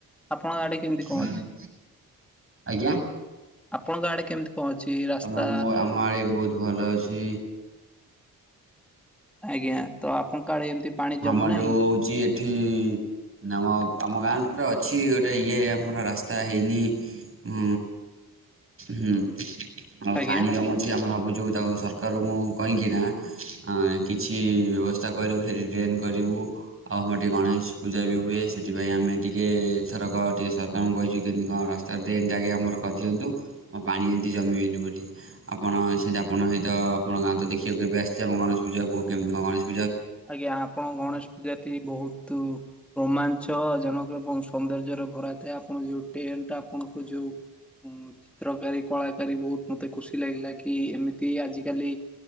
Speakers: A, in the centre; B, on the right (about 35°).
A: ଆପଣଙ୍କ ଗାଡି କେମିତି କଣ
B: ଆଜ୍ଞା।
A: ଅଛି?
B: ଆଜ୍ଞା
A: ଆପଣଙ୍କ ଆଡେ କେମିତି କଣ ଅଛି ରାସ୍ତା
B: ଆ ଆମାର ବହୁତ ଭଲ ଅଛି।
A: ଆଜ୍ଞା ତ ଆପଣଙ୍କ ଆଡ଼େ ଏମିତି ପାଣି ଜମୁନାହିଁ
B: ଆମର ଯୋଉ ହଉଛି ଏଠି ନମ ଆମ ଗାଁରେ ଅଛି ଗୋଟେ ଇଏ ଆମର ରାସ୍ତା ହେଇନି ହଁ ହୁଁ। ଆଉ
A: ଆଜ୍ଞା।
B: ପାଣି ଜମୁଛି ଆମେ ଭାବୁଛୁ ତା ସରକାର ମୁଁ କହିହିଁକିନା କିଛି ବ୍ୟବସ୍ଥା କରିବୁ ସେଠି ଟ୍ରେନ୍ କରିବୁ ଆଉ ଆମର ଟିକି ଗଣେଶ ପୂଜା ବି ହୁଏ ସେଥିପାଇଁ ଆମେ ଟିକେ ଥରକ ଟିକେ ସରକାରଙ୍କୁ କହିଛୁ କେମିତି କଣ ରାସ୍ତା ଡ୍ରେନ ଟା ଆଗେ ଆମର କରିଦିଅନ୍ତୁ ଆମ ପାଣି ଏମିତି ଜମି ଏମତି ବୋଲି ଆପଣ ସେଇି ଆପଣ ସହିତ ଆପଣ ଗାଁ ତ ଦେଖକୁ କେବେ ଆସିୁ ଆଣ ଗଣେଶ ପୂଜା କହ କେମିତି କଣ ଗଣେଶ ପ
A: ଆଜ୍ଞା ଆପଣଙ୍କ ଗଣେଶ ପୂଜା ବହୁତ ରୋମାଞ୍ଚ ଜନକ ଏବଂ ସୌନ୍ଦର୍ଯ୍ୟ ଭର େ ଆ ଆପଣ ଯୋଉ ଟେଣ୍ଟ ଆପଣଙ୍କ ଯୋଉ ଚିତ୍ରକାରୀ କଳାକାରୀ ବହୁତ ମତେ ଖୁସି ଲାଗିଲା କି କି ଏମିତି ଆଜିକାଲି